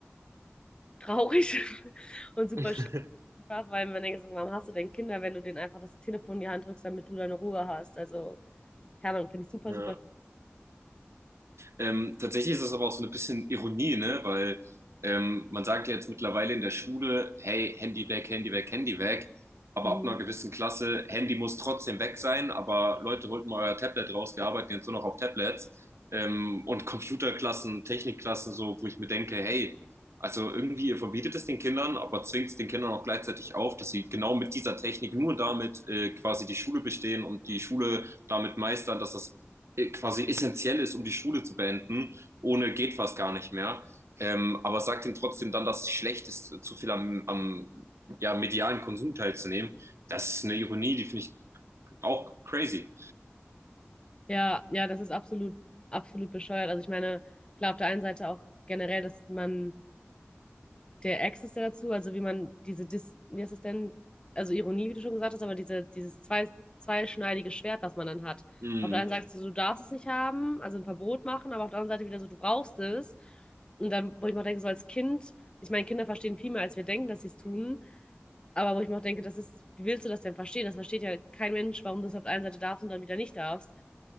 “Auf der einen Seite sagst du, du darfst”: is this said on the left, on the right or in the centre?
Left